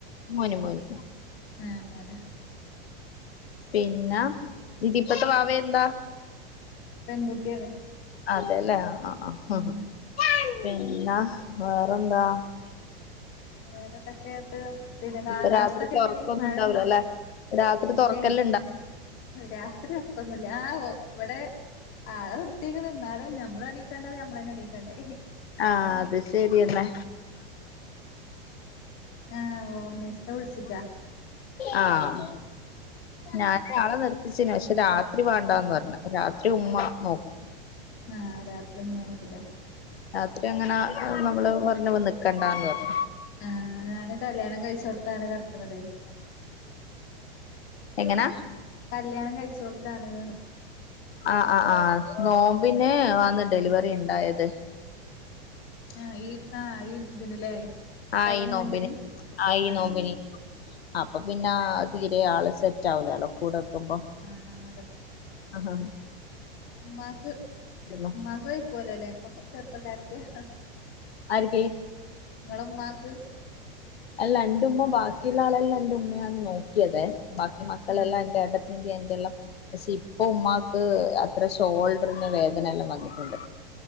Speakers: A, on the left; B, on the left.
A: മോന് മോന്.
B: ഏ മോനാ.
A: പിന്നെ, ഇതിപ്പത്തെ വാവ എന്താ?
B: പെൺകുട്ടിയാണ്
A: അതെല്ലേ ആ ആ പിന്
B: ഉം
A: പിന്നാ വേറെ എന്താ
B: വേറെ എന്തൊക്കെയാ അകത്ത് പിന്നെ കാലാവസ്ഥ
A: ഇപ്പൊ രാത്രി
B: ഒക്കെ
A: തുറക്കൊന്നും
B: എങ്ങനെ ആ മഴ
A: ഉണ്ടാവൂലല്ലേ
B: ഉണ്ടോ
A: രാത്രി
B: ഇല്ലേ
A: തുറക്കല്ണ്ടാ
B: രാത്രി ഒറക്കം ഒന്നും ഇല്ല ആ ഇവിടെ ആളെ നിർ ത്തിക്ക്ണ്‌ എന്നാലും നമ്മലിനിക്കേണ്ടത് നമ്മളുതന്നെ എണീക്കേണ്ടേ
A: ആ അത് ശരി തന്നെ
B: ആ ഹോംനെഴ്സനെ വിള്ച്ചക്ക
A: ആഹ് ഞാന് ആളെ നിർ ത്തിച്ചിനെ പക്ഷെ രാത്രി വേണ്ടാന്ന് പറഞ്ഞ് രാത്രി ഉമ്മ നോക്കും
B: ആ ഹ് രാ ഉമ്മ നോക്കും ഇല്ലേ
A: രാത്രി അങ്ങനെ നമ്മള് പറഞ്ഞ് നിൽക്കേണ്ടാന്ന് പറഞ്ഞ്
B: ആഹ് ഞാൻ കല്യാണം കഴിച്ച് കൊടുത്താണ് കിടക്കണത്
A: എങ്ങനാ
B: കല്യാണം കഴിച്ച് കൊടുത്താണ്ന്ന്
A: ആഹ് ആഹ് ആഹ് നോമ്പിന് വന്നിട്ട് ഡെലിവറി- ഉണ്ടായത്
B: ആഹ് ഈ ആഹ് ഈ ഇതിന്
A: ആ
B: കഴിഞ്ഞ
A: ഈ
B: നോമ്പിന്
A: ആ ഈ
B: ആഹ്
A: നോമ്പിന് അപ്പൊ പിന്നാ തീരെ ആള് സെറ്റ് ആവൂലാലോ. കൂടെ ക്കുമ്പം
B: ആഹ്
A: <unintelligible>
B: ഇമ്മാക്ക്
A: രുന്നു.
B: ഇമ്മാക്ക് വെയ്ക്കോലലേ ഉമ്മക്കെ ചെറുപ്പക്കാര <unintelligible>
A: ആരൊക്കെ
B: നിങ്ങള ഉമാക്ക്
A: അല്ല രണ്ട് ഉമ്മാമ്മ ബാക്കിയുള്ള ആളെല്ലാം രണ്ട് ഉമ്മാണ് നോക്കിയതെ ബാക്കി മക്കളെല്ലാം
B: ആഹ്
A: എന്റെ എട്ടത്തി എന്റെല്ലാം പക്ഷെ ഇപ്പൊ ഉമ്മാക്ക് അത്ര ഷോൾഡറിന് വേദന എല്ലാം വന്നിട്ടുണ്ട്